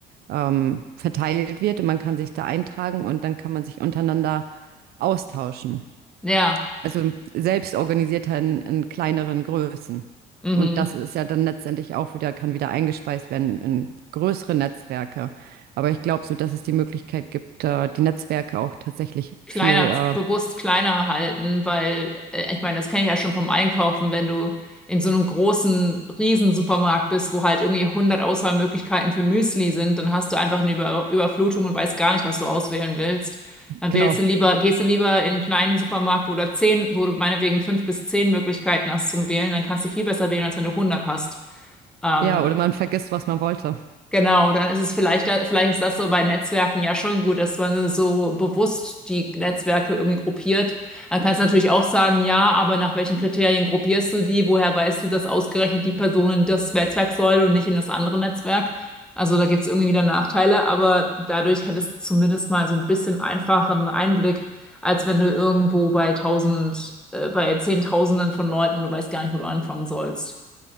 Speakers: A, on the right; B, in the centre.
A: ähm, verteilt wird und man kann sich da eintragen und dann kann man sich untereinander austauschen.
B: ja,
A: Also selbst organisiert in, in kleineren Größen.
B: mhm.
A: Und das ist ja dann letztendlich auch wieder, kann wieder eingespeist werden in größere Netzwerke. Aber ich glaube so, dass es die Möglichkeit gibt, äh, die Netzwerke auch tatsächlich
B: kleiner,
A: viel, äh,
B: bewusst kleiner halten, weil äh, ich meine, das kenne ich ja schon vom Einkaufen, wenn du in so einem großen riesen Supermarkt bist, wo halt irgendwie hundert Auswahlmöglichkeiten für Müsli sind, dann hast du einfach eine Über Überflutung und weißt gar nicht, was du auswählen willst. Dann
A: genau,
B: wählst du lieber, gehst du lieber in einen kleinen Supermarkt, wo du zehn, wo du meinetwegen fünf bis zehn Möglichkeiten hast zum Wählen, dann kannst du viel besser wählen, als wenn du hundert hast. Ähm,
A: ja, oder man vergisst, was man wollte.
B: Genau, dann ist es vielleicht, vielleicht ist das so bei Netzwerken ja schon gut, dass man so bewusst die Netzwerke irgendwie gruppiert. Dann kannst du natürlich auch sagen, ja, aber nach welchen Kriterien gruppierst du die? Woher weißt du, dass ausgerechnet die Person in das Netzwerk soll und nicht in das andere Netzwerk? Also da gibt es irgendwie wieder Nachteile, aber dadurch hättest du zumindest mal so ein bisschen einfacheren Einblick, als wenn du irgendwo bei tausend, äh, bei Zehntausenden von Leuten, du weißt gar nicht, wo du anfangen sollst.